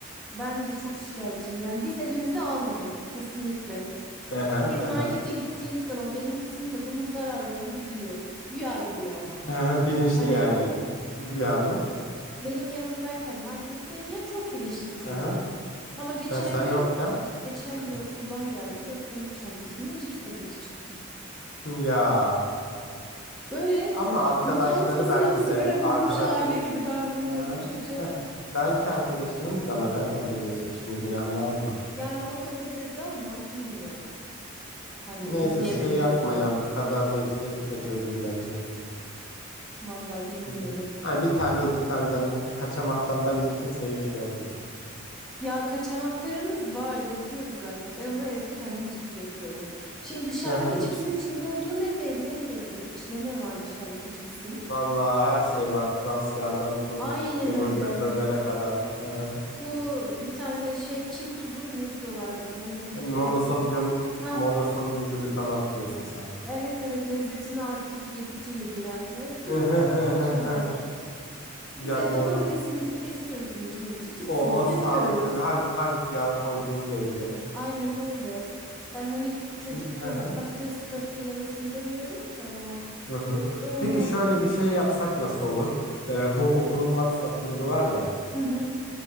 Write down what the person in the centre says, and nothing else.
ben de çok şikayetçiyim. Yani biz evimize almıyoruz kesinlikle.
Hani biz
markete
gittiğimiz zaman benim kızım da bunun zararlarını biliyor. Güya biliyor ama.
Hani
benim yanımdayken, marketteyken çok bilinçli bir çocuk.
Ama geçen
gün,
geçen
gün okuldan geldi. Beslenme çantasından cips paketi çıktı.
Böyle
<laughs> çantasında
sigara
bulmuş aile gibi davranıyorum
çocuğa.
Yani o da öyle dedi ama bilmiyorum. Hani
ne diyebiliriz
ki?
Vallahi bilmiyorum.
Ya kaçamaklarımız var, yapıyoruz zaten. Ben ona evde kendim cips yapıyorum. Şimdi dışarıdaki
cipsin içinde olduğu ne, be- ne belli? İçinde ne var dışarıdaki cipsin?
Aynen
öyle.
Bu bir tane şey Çin tuzu mu ne diyorlardı? Monoglutamik
mi? Ha,
evet evet lezzetini artırıp yedikçe yediren. E, direkt
ondan
atıyorlar.
Biz
evde
patatesimizi kesiyoruz ince ince, cipsimizi
yapıyoruz.
Aynen öyle. Ben hani çocuktur
patates köfte yemesin demiyorum ki ama
böyle de olmaz.
Hı hı.